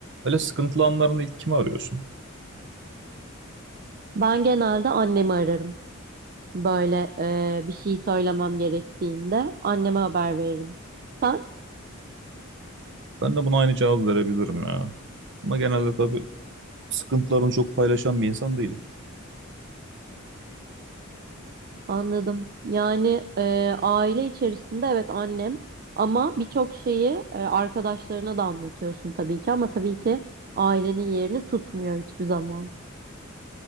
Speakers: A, on the right (about 60°); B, on the right (about 45°).
A: Böyle sıkıntılı anlarında ilk kimi arıyorsun?
B: Ben genelde annemi ararım. Böyle e, bir şey söylemem gerektiğinde anneme haber veririm. Sen?
A: Ben de buna aynı cevabı verebilirim ya. Ama genelde tabii sıkıntılarını çok paylaşan bir insan değilim.
B: Anladım. Yani e, aile içerisinde evet annem ama birçok şeyi e, arkadaşlarına da anlatıyorsun tabii ki ama tabii ki ailenin yerini tutmuyor hiçbir zaman.